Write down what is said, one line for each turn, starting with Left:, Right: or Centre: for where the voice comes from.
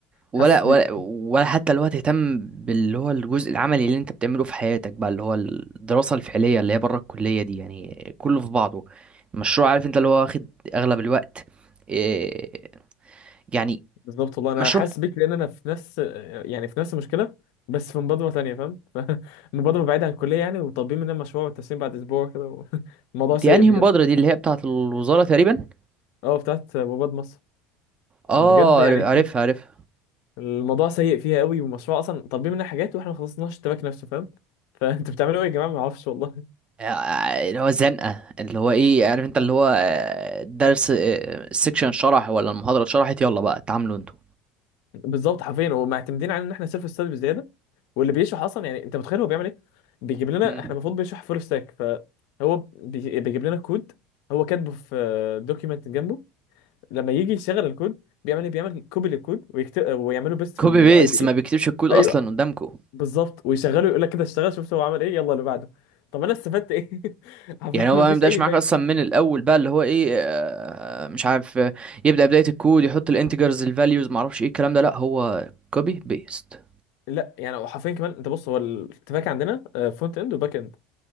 Right: ولا
Left: فحاسس
Right: ولا
Left: بيك
Right: ولا حتى الوقت تهتم باللي هو الجزء العملي اللي انت بتعمله في حياتك بقى اللي هو الدراسه الفعليه اللي هي بره الكليه دي يعني كله في بعضه المشروع عارف انت اللي هو واخد اغلب الوقت آه، يعني
Left: بالظبط والله انا
Right: مشروع
Left: حاسس بيك لان انا في نفس يعني في نفس المشكله بس في مبادره ثانيه فاهم <laughs> مبادره بعيده عن الكليه يعني وطالبين مننا مشروع والتسليم بعد اسبوع كده و... <laughs> الموضوع سيء
Right: دي انهي
Left: بجد
Right: مبادرة دي اللي هي بتاعة الوزارة تقريبا
Left: اه بتاعت مباد مصر بجد
Right: اه
Left: يعني
Right: عارف- عارفها عارفها
Left: الموضوع سيء فيها قوي والمشروع اصلا طالبين مننا حاجات واحنا ما خلصناش التراك نفسه فاهم <laughs> فانتوا بتعملوا ايه يا جماعه ما اعرفش والله
Right: آه، اللي هو الزنقة اللي هو ايه عارف انت اللي هو آه، درس آه، السكشن شرح ولا المحاضرة اتشرحت يلا بقى اتعاملوا انتوا
Left: بالظبط حرفيا ومعتمدين على ان احنا سيلف ستادي بزياده واللي بيشرح اصلا يعني انت متخيل هو بيعمل ايه؟ بيجيب لنا
Right: مم.
Left: احنا المفروض بيشرح فول ستاك فهو بي- بيجيب لنا كود هو كاتبه في دوكيمنت جنبه لما يجي يشغل الكود بيعمل ايه؟ بيعمل كوبي للكود ويكتب ويعمله بيست في
Right: كوبي
Left: الاي
Right: بيست
Left: دي اي
Right: ما بيكتبش الكود اصلا
Left: ايوه
Right: قدامكم
Left: بالظبط ويشغله يقول لك كده اشتغل شفت هو عمل ايه يلا اللي بعده طب انا استفدت ايه؟ <laughs> حرفيا
Right: يعني هو بقى
Left: مفيش
Right: ما يبداش
Left: اي
Right: معاك
Left: فايده
Right: اصلا من الاول بقى اللي هو ايه آه، مش عارف آه، يبدأ بداية الكود يحط الانتجرز الفاليوز ما اعرفش ايه الكلام ده لا هو كوبي بيست
Left: لا يعني حرفيا كمان انت بص هو الاتفاق عندنا فرونت اند وباك